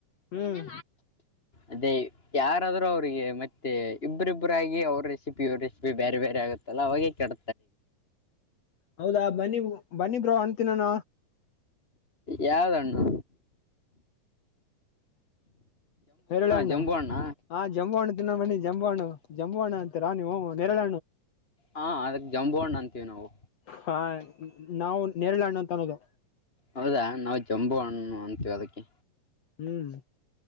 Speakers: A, on the left; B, on the left.
A: ಹ್ಮ್
B: ಅದೇ ಯಾರಾದ್ರೂ ಅವ್ರಿಗೆ ಮತ್ತೆ ಇಬ್ಬರಿಬ್ಬರಾಗಿ ಅವ್ರ ರೆಸಿಪಿ ಅವ್ರ ರೆಸಿಪಿ ಬೇರೆ ಬೇರೆ ಆಗುತ್ತಲ್ಲ ಅವಾಗೆ ಕೆಡ
A: ಹೌದಾ ಬನ್ನಿ ಬನ್ನಿ ಬ್ರೋ, ಅ ನಾನ
B: ಯಾವ್ದಣ್ಣು?
A: ನೇರಳ
B: ಜಂಬು ಹಣ್ಣ
A: ಹಾ ಜಮ್ಮು ಹಣ್ಣು ತಿನ್ನುವ ಬನ್ನಿ ಜಮುವಣ ಅಂತೀರ ಹ ನೆರಳ
B: ಹಾ ಅದಕ್ ಜಂಬು ಹಣ್ಣು ಅಂತೀವಿ ನಾವು
A: ಹಾ ನಾವು ನೇರಳೆ ಹಣ್ಣು ಅಂತ ಅನ್ನೋದು
B: ಹೌದಾ ನಾವು ಜಂಬು ಹಣ್ಣು ಅಂತ. ಜದಕ್ಕೆ
A: ಹ್ಮ್